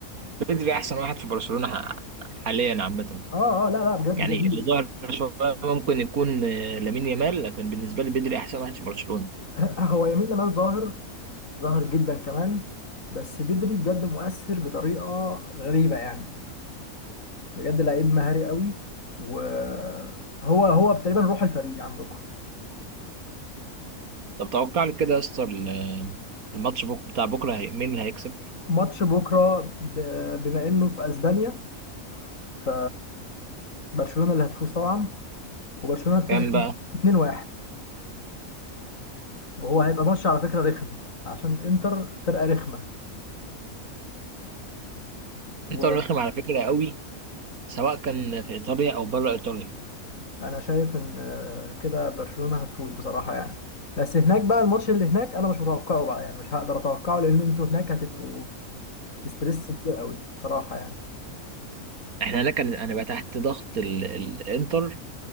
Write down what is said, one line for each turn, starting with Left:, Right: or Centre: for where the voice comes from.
Right: بدري احسن واحد في برشلونه ح- حاليا عامه
Left: اه اه لا لا بجد
Right: يعني
Left: جميل
Right: اللي ظاهر شويه ممكن يكون آه، لامين يامال لكن بالنسبه لي بدري احسن واحد في برشلونه
Left: <laughs> هو يمين لمال ظاهر ظاهر جدا كمان بس بدري بجد مؤثر بطريقة غريبة يعني بجد لعيب مهاري قوي وهو هو تقريبا روح الفريق عندكم
Right: طب توقع لي كده يا اسطى ال- آه، الماتش بك بتاع بكره هي- مين اللي هيكسب
Left: ماتش بكرة ب- بما انه في اسبانيا ف برشلونة اللي هتفوز طبعا وبرشلونة هتفوز
Right: كام بقى
Left: 2-1 وهو هيبقى ماتش على فكرة رخم عشان انتر فرقة رخمة وانا
Right: انتر رخم على فكره قوي سواء كان في ايطاليا او بره ايطاليا
Left: شايف ان آه، كده برشلونة هتفوز بصراحة يعني بس هناك بقى الماتش اللي هناك انا مش متوقعه بقى يعني مش هقدر اتوقعه لان انتوا هناك هتبقوا في ستريس كتير قوي بصراحة يعني
Right: احنا هناك انا أنا بقى تحت ضغط ال- الانتر